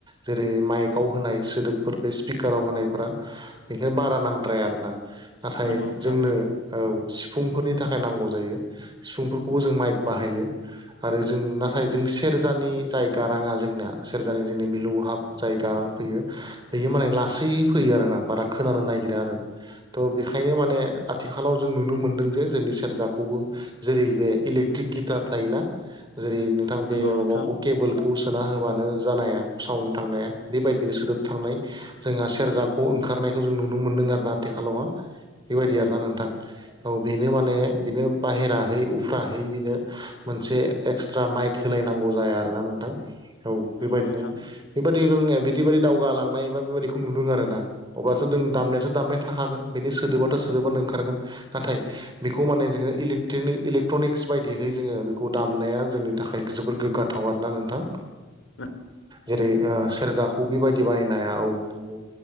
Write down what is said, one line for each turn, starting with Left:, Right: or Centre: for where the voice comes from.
Right: जेरै माइकआव होनाय सोदोबफोर बे स्पिकाराव होनायफ्रा बेखाय बारा नांद्राया आर ना नाथाय
Left: नंगौ नोंथां
Right: जोंनो औ सिफुंफोरनि थाखाय नांगौ जायो सिफुंफोरखौबो जों माइक बाहायो। आरो जों नाथाय जों सेरजानि जाय गाराङा जोंनाया सेरजानि जोंनि मिलौहाब जाय गारां फैयो बेयो माने लासै फैयो आरो ना बारा खोनानो नागिरा आरो थ' बेखायनो माने आथिखालाव जों नुनो मोन्दों जे जोंनि सेरजाखौबो जेरै बे इलेक्ट्रिक गिटार थायोना जेरै नु नोंथां
Left: नंगौ
Right: बे
Left: नोंथां
Right: माबाखौ केबोल खौ सोना होबानो जानाया साउड थांनाया बेबायदिनो सोदोब थांनाय जोंहा सेरजाखौ ओंखारनायखौ जों नुनो मोनदों आरोना आथिखालावहा बेबायदि आरो ना नोंथां। औ बेनो माने बिनो बाहेराहै उफ्राहै बेनो मोनसे एक्सट्रा माइक होलायनांगौ जाया आरोना नोंथां। औ
Left: नंगौ
Right: बेबायदिनो
Left: नोंथां
Right: बेबायदि जों बिदि बादि दावगालांनाय बा बेबायदिखौ नुदों आरो ना। अब्लाथ' जों दामनायाथ' दामनाया थाखागोन बेनि सोदोबाथ' सोदोबानो ओंखारगोन नाथाय बेखौ माने जोङो इलेट्रनिक इलेक्ट्रनिक बायदिहै जोङो बेखौ दामनाया जोंनि थाखाय जबोद गोग्गाथाव आरो दा नोंथां
Left: आ <unintelligible>
Right: जेरै ओ सेरजाखौ बेबायदि बानायनो हाया औ नंगौ।